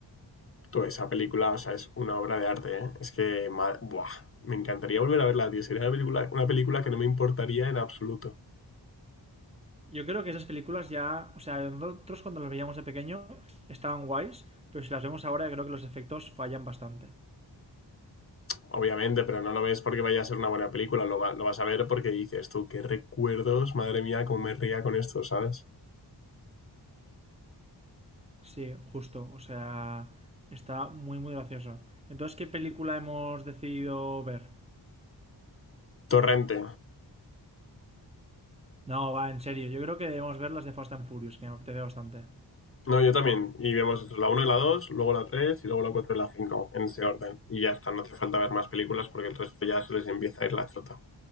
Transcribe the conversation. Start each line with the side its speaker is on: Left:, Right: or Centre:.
Left: Tú, esa película, o sea, es una obra de arte, ¿eh? Es que, ma- buah, me encantaría volver a verla, tío. Sería una película, una película que no me importaría en absoluto.
Right: Yo creo que esas películas ya, o sea, nosotros cuando las veíamos de pequeño estaban guays, pero si las vemos ahora creo que los efectos fallan bastante.
Left: Obviamente, pero no lo ves porque vaya a ser una buena película, lo, va- lo vas a ver porque dices, tú, qué recuerdos, madre mía, cómo me ría con esto, ¿sabes?
Right: Sí, justo, o sea, está muy, muy gracioso. Entonces, ¿qué película hemos decidido ver?
Left: Torrente.
Right: No, va, en serio, yo creo que debemos ver las de Fast and Furious, que me apetece bastante.
Left: No, yo también. Y vemos esto, la uno y la 2 luego la 3 y luego la 4 y la 5 en ese orden. Y ya está, no hace falta ver más películas porque el resto ya se les empieza a ir la chota.